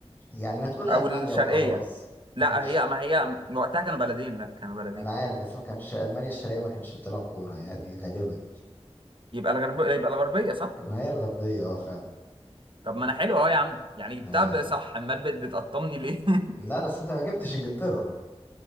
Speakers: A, on the left; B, on the right.
A: يعني ما تقول
B: او
A: ألمانيا
B: الشرقيه
A: وخلاص ما
B: لا
A: كانش
B: هي ما هي وقتها كانوا بلدين لا كانوا بلدين
A: ما أنا عارف بس ما كانش ألمانيا الشرقية ما كانتش بتلعب كورة يعني غالبا
B: يبقى الغرب يبقى الغربية صح؟
A: ما هي الغربية اه فعلا
B: طب ما انا حلو اهو يا عم يعني جبتها
A: آه،
B: بقى صح امال بت- بتقطمني ليه؟ <laughs>
A: لا بس انت ما جبتش انجلترا